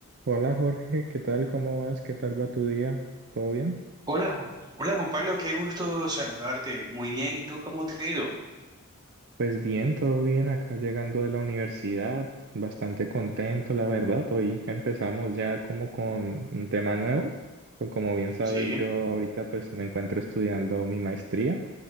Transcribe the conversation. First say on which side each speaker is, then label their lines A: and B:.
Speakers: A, on the right (about 50°); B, on the right (about 20°).
A: Hola Jorge, ¿qué tal? ¿Cómo vas? ¿Qué tal va tu día? ¿Todo bien?
B: Hola, Ju- hola Juan Pablo, qué gusto saludarte. Muy bien, ¿y tú cómo te ha ido?
A: Pues bien, todo bien. Acá llegando de la universidad, bastante contento, la verdad. Hoy empezamos ya como con un tema nuevo. Pues como bien sabes,
B: Sí.
A: yo ahorita pues me encuentro estudiando mi maestría